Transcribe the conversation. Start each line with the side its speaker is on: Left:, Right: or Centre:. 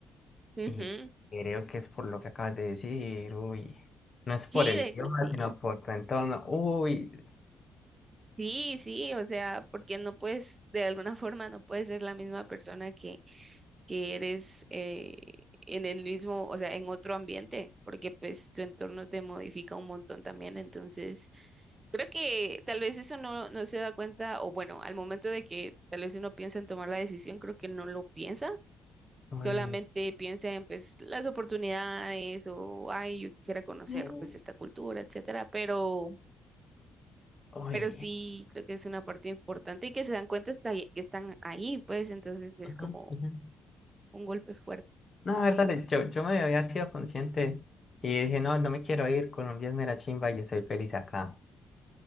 Right: Ujú.
Left: y creo que es por lo que acabas de decir, uy, no es por
Right: Sí,
Left: el
Right: de
Left: idioma,
Right: hecho sí.
Left: sino por tu entorno, uy,
Right: Sí, sí, o sea, porque no puedes, de alguna forma no puedes ser la misma persona que que eres eh, en el mismo, o sea, en otro ambiente, porque pues tu entorno te modifica un montón también, entonces creo que tal vez eso no, no se da cuenta, o bueno, al momento de que tal vez uno piensa en tomar la decisión, creo que no lo piensa,
Left: uy,
Right: solamente piensa en pues las oportunidades o, ay, yo quisiera conocer
Left: mm,
Right: pues esta cultura, etcétera, pero...
Left: uy.
Right: Pero sí, creo que es una parte importante y que se dan cuenta hasta ahí- que están ahí, pues entonces es
Left: Ujú,
Right: como
Left: ujú.
Right: un golpe fuerte.
Left: No, a ver, dale, yo, yo me había sido consciente y dije, no, no me quiero ir, Colombia es mera chimba y estoy feliz acá.